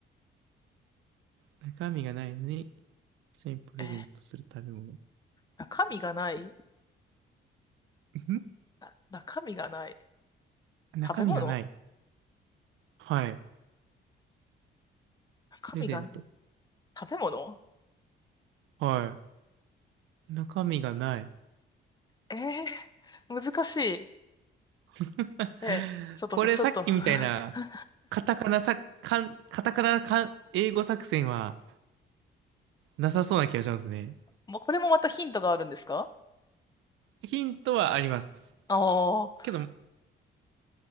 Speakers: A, on the right; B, on the left.
A: 中身がないのに、人にプレゼントする食べ物。
B: えー、中身がない
A: ん
B: な中身がない。
A: 中身がない。
B: 食べ物
A: はい。
B: 中身がない。
A: プレゼント。
B: 食べ物
A: はい。中身がない。
B: えー、難しい。
A: <laughs>
B: えー、ちょっと、
A: これさっきみたいな、
B: ちょっと、<laughs>
A: カタカナさ、かん、カタカナかん、英語作戦はなさそうな気がしますね。
B: もうこれもまたヒントがあるんですか
A: ヒントはあります。
B: ああ
A: けど、